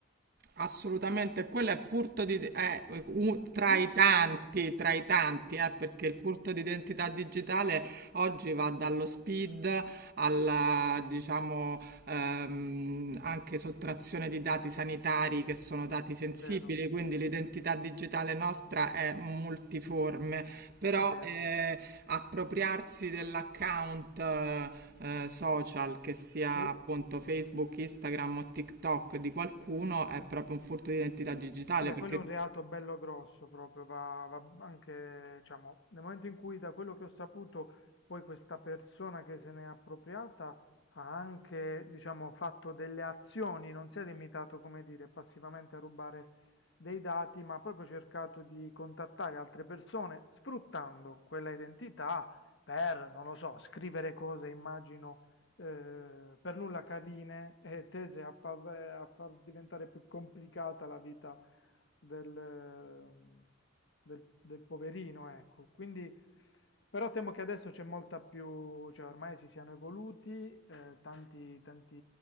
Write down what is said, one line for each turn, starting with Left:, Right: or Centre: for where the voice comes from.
Right: Assolutamente, quello è furto di, è, eh, u- tra
Left: Sì,
Right: i tanti,
Left: sì,
Right: tra i tanti, eh, perché il furto di identità digitale oggi va dallo speed alla, diciamo, ehm, anche sottrazione di dati sanitari che sono dati sensibili,
Left: vero,
Right: quindi l'identità digitale nostra è multiforme, però
Left: è vero.
Right: eh, appropriarsi dell'account eh, eh, social, che sia
Left: Sì,
Right: appunto Facebook, Instagram o TikTok di qualcuno, è proprio un furto di identità digitale
Left: Vabbè,
Right: perché
Left: quello è un reato bello grosso proprio, va, va anche, diciamo, nel momento in cui da quello che ho saputo, poi questa persona che se n'è appropriata ha anche, diciamo, fatto delle azioni, non si è limitato, come dire, passivamente a rubare dei dati, ma ha proprio cercato di contattare altre persone sfruttando quella identità per, non lo so, scrivere cose, immagino, eh, per nulla carine e tese a far, a far diventare più complicata la vita del, eh, del- del poverino, ecco. Quindi, però temo che adesso c'è molta più, cioè ormai si siano evoluti, eh, tanti, tanti,